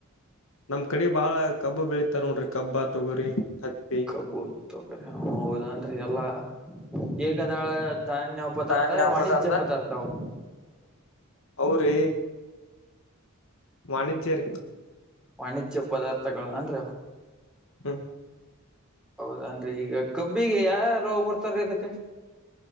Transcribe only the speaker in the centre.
ಕಬ್ಬು ತೊಗ್ರಿ ಹೌದೇನ್ರಿ ಎಲ್ಲಾ ಏಕದಾಳ ಧಾನ್ಯ ಪದಾರ್ಥ
ವಾಣಿಜ್ಯ
ಪದಾರ್ಥವು.
ವಾಣಿಜ್ಯ ಪದಾರ್ಥಗಳು ಅನ್ರಿ.
ಹೌದನರಿ ಈಗ ಕಬ್ಬಿಗೆ ಯಾವ ಯಾವ್ ರೋಗ ಬರ್ತಾರೀ ಅದಕ್ಕೆ.